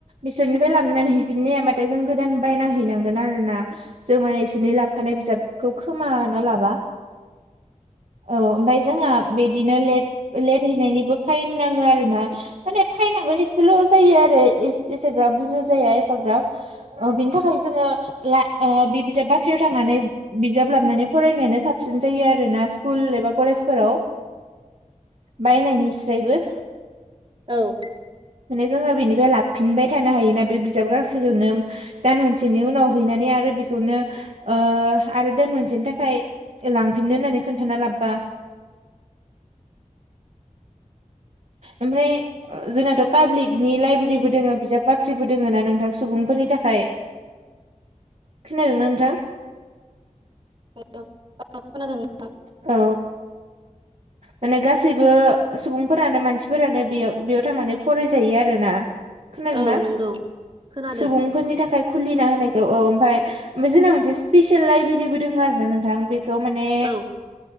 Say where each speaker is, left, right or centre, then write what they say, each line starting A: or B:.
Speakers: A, on the right; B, on the right.
A: बिसोरनिफ्राय लाबोनानै हैफिननो हाबाथाय जों गोदान बायना हैनांगोन आरोना जों माने इसोरनि लाब खानाय बिजाबखौ खोमाना लाबा औ ओमफ्राय जोंहा बिदिनो लेट लेट हैनायनिबो फाइन नाङो आरोना। माने फाइनाबो एसेल' जायो आरो एस एसेग्राब बुरजा जाया फाग्राब बिनि थाखाय जोङो ला बे बिजाब बाख्रियाव थांनानै बिजाब लाबनानै फरायनायानो साबसिन जायो आरोना स्कुल एबा कलेजफोराव बायनायनिस्रायबो
B: औ
A: माने जोङो बेनिफ्राय लाबोफिनबाय थानो हायोना बे बिजाब गांसेखौनो दान मोनसेनि उनाव हैनानै आरो बेखौनो ओ आरो दान मोनसेनि थाखाय लांफिननो होननानै खोन्थाना लाबबा ओमफ्राय जोंनाथ' पाब्लिकनि लाइब्रेरि दोङो बिजाब बाख्रिबो दोङो ना नोंथां सुबुंफोरनि थाखाय खोनादों ना नोंथां?
B: <unintelligible> ओ खोनादों।
A: औ। माने गासैबो सुबुंफोरानो मानसिफोरानो बेयाव बेयाव थांनानै फरायजायो आरो ना। खोनादोंना?
B: औ नंगौ खोनादों
A: सुबुंफोरनि थाखाय खुलिना होनायखौ औ ओमफ्राय ओमफ्राय जोंना मोनसे स्पपिसियेल लाइब्रेरिबो दङ आरो ना नोंथां बे खौ माने
B: औ